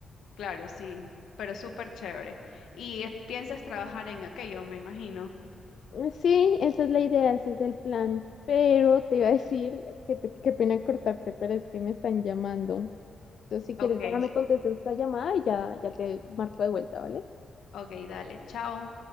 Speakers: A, on the left; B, on the left.
A: Claro, sí, pero súper chévere. Y eh, piensas trabajar en aquello, me imagino.
B: Eh, Sí, esa es la idea, ese es el plan. Pero te iba a decir, que te- qué pena cortarte, pero es que me están llamando. Entonces, si quieres,
A: Ok,
B: déjame contestar esta llamada y ya, ya te marco de vuelta, ¿vale?
A: ok, dale, chao.